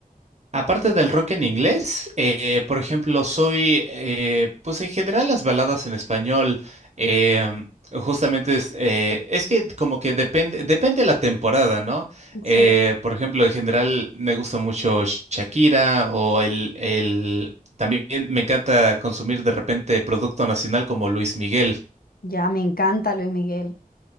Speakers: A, on the right (about 50°); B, on the left (about 85°).
A: Aparte del rock en inglés, eh, por ejemplo, soy, eh, pues en general las baladas en español, em, justamente es, eh, es que como que depende, depende la temporada, ¿no?
B: Sí.
A: Eh, por ejemplo, en general me gusta mucho Sh- Shakira o el, el, también me encanta consumir de repente producto nacional como Luis Miguel.
B: Ya, me encanta Luis Miguel.